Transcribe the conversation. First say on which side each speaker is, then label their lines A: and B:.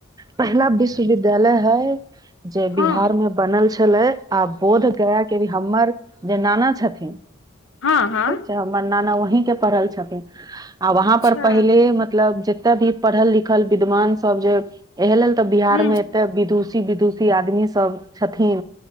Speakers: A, on the right; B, on the left.
A: पहिला विश्वविद्यालय है जे बिहार
B: हँ
A: मे बनल छल आ बोध गया के भी हमर जे नाना छथिन
B: हँ हँ
A: ठीक छ न न वहीं के पढ़ल छथिन और वहां
B: अच्छा
A: पर पहिल मतलब जते भी पढ़ल लिखल विद्वान सब जे एहि लेल तऽ बिहार
B: ह
A: म त विदुषी विदुषी आदमी सब छथि